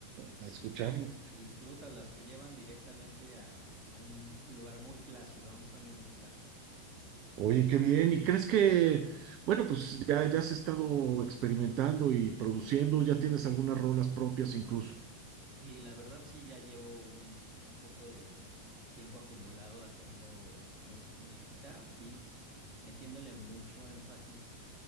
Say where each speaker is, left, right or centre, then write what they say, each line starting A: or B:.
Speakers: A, on the right; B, on the right.
A: a, a escucharlo.
B: Disfrútalas, te llevan directamente a, a un lugar muy plácido, a un sueño muy plácido.
A: Oye, qué bien. ¿Y crees que, bueno, pues ya, ya has estado experimentando y produciendo, ya tienes algunas rolas propias incluso?
B: Sí, la verdad sí, ya llevo un, un poco de tiempo acumulado haciendo musi- musiquita, beats, metiéndole mucho énfasis